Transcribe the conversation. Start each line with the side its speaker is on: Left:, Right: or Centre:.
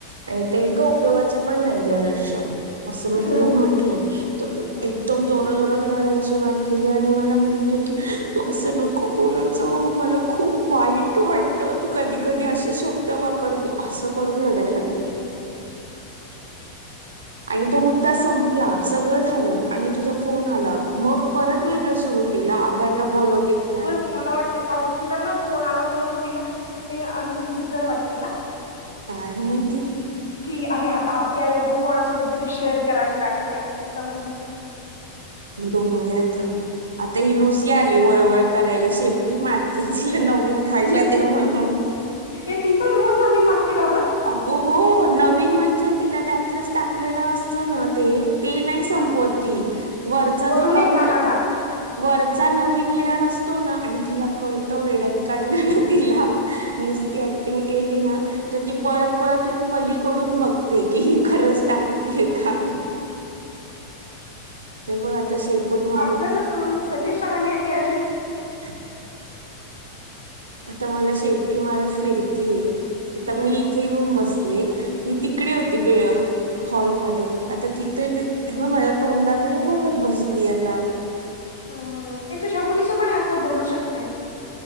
Right: आणि
Left: हम्म,
Right: उपयोगाच पण नाहीे आयुष्यात. अस मी
Left: हम्म,
Right: तिला म्हटल. तर
Left: हम्म.
Right: एकदम जोरा-जोराच रडायला सुरुवात केली आणि मला म्हणते की तू अस नको बोलत जाऊ. मला खूप वाईट वाटत. तू कधी कधी अशे शब्द वापर ती अस करून रडायला लागली. आणि तो मुद्दा संपला. सगळ झाल. आणि तुझा फोन आला. मग परत वेगळ सुरू केल. आबांना बोलवते का काय.
Left: तुम्हाला वाटतय अग तिला ना फोन आला तुला तर तिला अन इन्सिक्युर वाटत का?
Right: काय माहिती.
Left: की अरे आता आपली आई अजून कोणासोबत तरी शेअर करावी लागतीय आपल्याला म्हणून.
Right: डोंबल्याच आता ही लुसी आली वळवळ करायला. शेपटी मारती तिला नवीन खायला दे म्हणून.
Left: ए ती पण रोज नवीन मागते का ग?
Right: अगो हो, नवीन म्हणजे तिला त्यातलच टाकलेल असत ना ते ते नाही संपवत
Left: हा.
Right: ती‌. वरचा
Left: वरून
Right: जो नवीर
Left: एक दाना टाक
Right: वरचा नवीन लेअर असतो ना, आणि तिला कळत वेड्यात काढलेल तिला. नुसती ऍक्टिंग केली ना तर ती पळत -पळत येऊन पलीकडून बघते की खरंच टाकतेय का? हे बघ आता शेपूट मारत
Left: आपल्याला सोडून सगळे शहाणे या जगा
Right: <inaudible> आता मला शेपटी मारत फिरतीये. इथं
Left: हम्म.
Right: मी इथे येऊन बसले. ही तिकडे
Left: हम्म.
Right: होती बे <unintelligible> हॉलमध्ये आता तिथे यू-हे ब माझ्या तोंडाकडे बघत बसली आता,
Left: हा ये तू छकुलीच पण यात बोलू शकते.